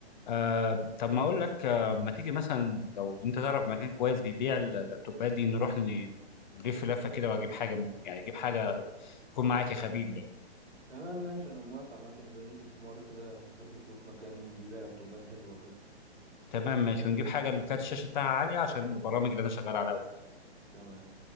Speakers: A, on the left; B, on the right.
A: آه طب ما اقول لك آه ما تيجي مثلا لو انت تعرف مكان كويس بيبيع اللابتوبات دي نروح ن- نلف لفه كده واجيب حاجه يعني اجيب حاجه تكون معاك يا خبير يعني
B: تمام ماشي أنا موافق عامة نبقى ننزل في مرة كده نروح نشوف مكان بيبيع لابتوبات حلوة وكده
A: تمام ماشي ونجيب حاجه اللي كانت الشاشه بتاعها عاليه عشان البرامج اللي انا شغال عليها وكده
B: تمام